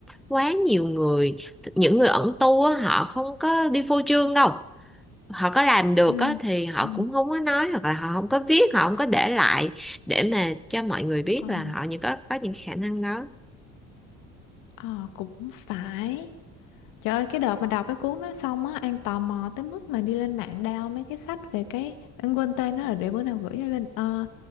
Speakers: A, in the centre; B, on the left (about 80°).
A: quá nhiều người những người ẩn tu á, họ không có đi phô trương đâu họ có làm được
B: Ừ.
A: á, thì họ
B: Ừ.
A: cũng không có nói hoặc là họ không có viết họ không có để lại để mà cho mọi người biết
B: Ờ,
A: là họ những có có những khả năng đó
B: ờ, cũng phải Trời ơi, cái đợt mà đọc cái cuốn đó xong á, An tò mò tới mức mà đi lên mạng đao mấy cái sách về cái, An quên tên nó rồi, để bữa nào gửi cho Linh, Ờ,